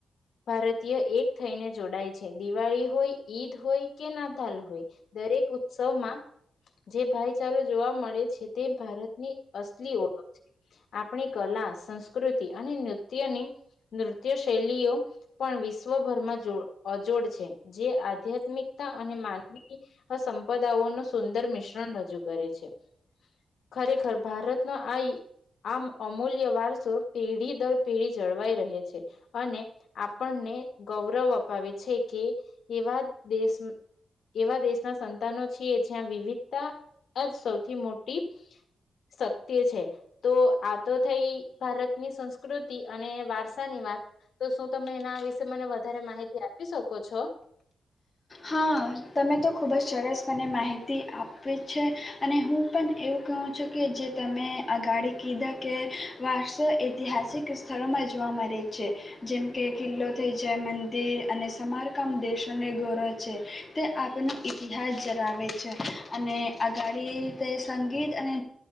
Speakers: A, on the left; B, on the left.
A: ભારતીય એક થઈને જોડાય છે, દિવાળી હોય ઈદ હોય કે નાતાલ હોય દરેક સમાં જે ભાઈચારો જોવા મળે છે, તે ભારતની અસલી ઓળખ છે, આપણી કલા સંસ્કૃતિ અને નૃત્યની નૃત્ય શૈલીઓ પણ વિશ્વભરમાં જો અજોડ છે, જે આધ્યાત્મિકતા અને માનવી દાઓ ન સુંદર મિશ્રણ રજૂ કરે છે, ખરેખર ભારતનો આ આ અમૂલ્ય વારસો પેઢી દર પેઢી જળવાઈ રહે છે, અને આપણને ગૌરવ અપાવે છે, કે એવા દેશ એવા દેશના તા ન છીએ જ્યાં વિવિધતા જ સૌથી મોટી શક્તિ છે, તો આ તો થઈ ભારતની સંસ્કૃતિ અને વારસાની વાત તો શું તમે એના વિશે મને વધારે માહિતી આપી શકો છો
B: હા તમે તો ખૂબ જ સરસપણે માહિતી આપી છે, અને હું પણ એવું કહું છું કે જે તમે આગાડી કીધા કે વારસો ઐતિહાસિક સ્થળોમાં જોવા મળે છે, જેમ કે કિલ્લોથી જય મંદિર અને સમારકામ દેશોને ગૌરવ છે, તે આપનો ઇતિહાસ જરાવેે છે, અને અગાડી તે સંગીત અને